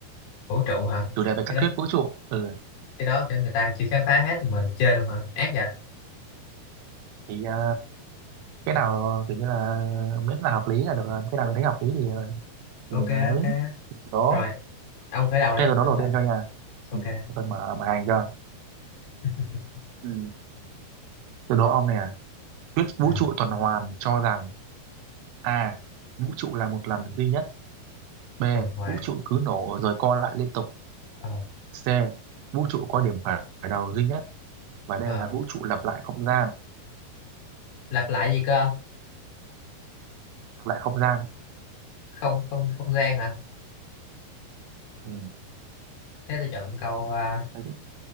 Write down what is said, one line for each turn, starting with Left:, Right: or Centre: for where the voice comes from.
Left: vũ trụ hả
Right: chủ đề về
Left: cái
Right: các
Left: đó
Right: thuyết vũ trụ. Ừ,
Left: cái đó kiểu người ta chưa khám phá hết mình chơi luôn hả ác vậy
Right: thì à, cái nào kiểu như là miễn là hợp lý là được, rồi. cái nào mình thấy hợp lý thì à,
Left: ok
Right: thì mình ấy
Left: ok
Right: đố.
Left: rồi ông khởi đầu đi
Right: Thế tôi đố
Left: ông
Right: đầu
Left: khởi
Right: tiên cho nha.
Left: ok
Right: Ừ, để tôi mở bài cho.
Left: <laughs>
Right: Ừ, tôi đố ông nè, thuyết vũ
Left: ừ.
Right: trụ tuần hoàn cho rằng A. Vũ trụ là một lần duy nhất. B.
Left: tuần hoàn
Right: Vũ trụ cứ nổ rồi co lại liên tục.
Left: ờ
Right: C. Vũ trụ có điểm khởi khởi đầu duy nhất. Và D
Left: ờ
Right: là vũ trụ lặp lại không gian.
Left: lặp lại gì cơ ông
Right: Lặp lại không gian.
Left: không không không gian hả
Right: Ừ.
Left: thế tôi chọn câu à,
Right: Thế cũng